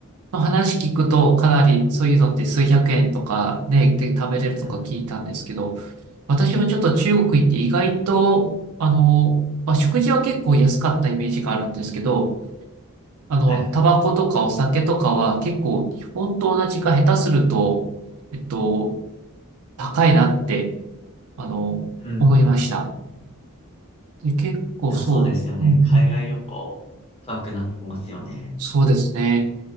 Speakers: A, on the right; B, on the left.
A: の話聞くと、かなりそういうのって数百円とかね、で食べれるとか聞いたんですけど、
B: うん。
A: 私もちょっと中国行って意外と、あの、まあ、食事は結構安かったイメージがあるんですけど、あの、
B: はいはい。
A: タバコとかお酒とかは結構日本と同じか下手すると、えっと、高いなって、あの、
B: うん。
A: 思いました。
B: い
A: で、結構そう、
B: や、そうですよね。
A: うんうん、
B: 海外旅行、高くなってますよね。
A: そうですね。